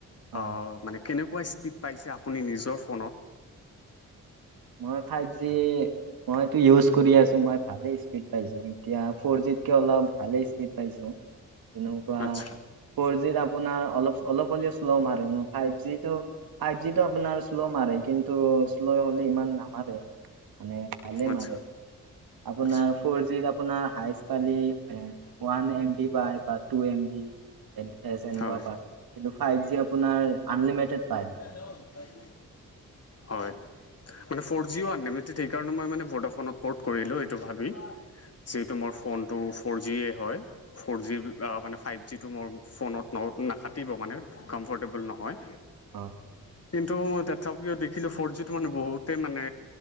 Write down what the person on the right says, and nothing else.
হয়
মই ফাইভ জি মইতো ইওজ কৰি আছো, মই ভালে স্পীড পাইছো। এতিয়া ফৰ জিতকে অলপ ভালে স্পীড পাইছো। যেনেকুৱা
ফ'ৰ জিত আপোনাৰ অলপ অলপ হলেও শ্ল' মাৰে, ফাইভ জিটো ফাইভ জিটো আপোনাৰ শ্ল' মাৰে কিন্তু, শ্ল' হলেই ইমান নামাৰে, মানে ভালেই
মাৰে। আপোনাৰ
ফৰ জিত আপোনাৰ হাইেষ্ট খালি ওৱান এম বি পায় বা টু এম বি এনেকুৱা
প কিন্তু ফাইভ জি আপোনাৰ আনলিমিটেড।
পায়
<inaudible>